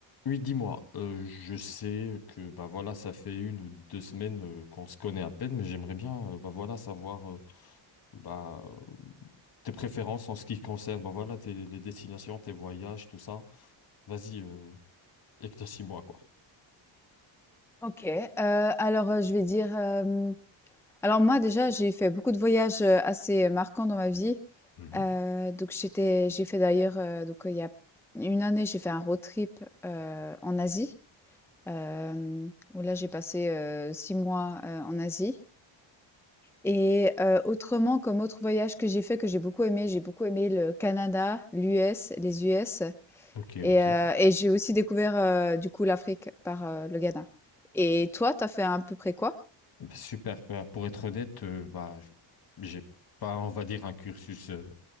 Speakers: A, on the left; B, in the centre.
A: Oui, dis-moi, euh, je sais que bah voilà, ça fait une ou deux semaines euh, qu'on se connaît à peine, mais j'aimerais bien euh, bah voilà savoir euh, bah, euh, tes préférences en ce qui concerne bah voilà tes, les destinations, tes voyages, tout ça. Vas-y, euh, éclaircis-moi quoi.
B: OK, heu, alors, heu, je vais dire, hem, alors moi déjà j'ai fait beaucoup de voyages, heu, assez marquants dans ma vie,
A: Mhm.
B: heu, donc j'étais j'ai fait d'ailleurs, heu, donc, heu, il y a une année j'ai fait un road trip, heu, en Asie, hem, où là j'ai passé, heu, 6 mois, heu, en Asie et heu, autrement comme autre voyage que j'ai fait que j'ai beaucoup aimé, j'ai beaucoup aimé le Canada, l'US, les US
A: Ok,
B: et
A: ok.
B: heu
A: Eh
B: et j'ai aussi découvert, heu, du coup l'Afrique par, heu, le Ghana et toi, t'as fait à peu près quoi?
A: ben, super. Bah, pour être honnête, euh, bah j- j'ai pas, on va dire, un cursus euh,